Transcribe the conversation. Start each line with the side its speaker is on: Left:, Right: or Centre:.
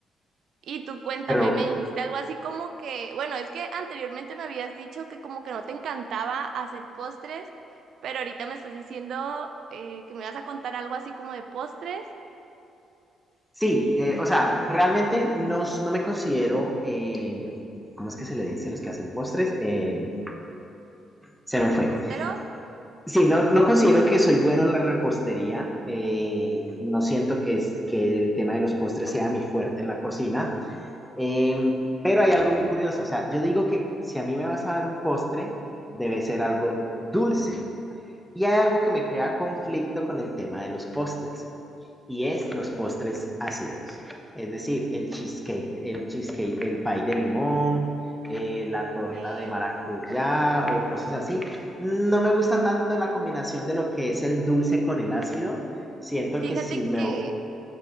Right: Y tú cuéntame,
Centre: Pero
Right: me dijiste algo así como que, bueno, es que anteriormente me habías dicho que como que no te encantaba hacer postres, pero ahorita me estás diciendo eh, que me vas a contar algo así como de postres,
Centre: sí, eh, o sea, realmente no, no me considero, eh, ¿cómo es que se le dice a los que hacen postres? Eh, se me
Right: repostero.
Centre: fue. Sí, no, no considero que soy bueno en la repostería. eh, no siento que, es, que el tema de los postres sea mi fuerte en la cocina. eh, pero hay algo muy curioso. O sea, yo digo que si a mí me vas a dar un postre, debe ser algo dulce. Y hay algo que me crea conflicto con el tema de los postres. y es los postres ácidos. Es decir, el cheesecake, el cheesecake, el pie de limón, eh, la torta
Right: Eh,
Centre: de maracuyá o cosas así. No me gusta tanto la combinación de lo que es el dulce con el ácido. Siento
Right: fíjate
Centre: que si me,
Right: que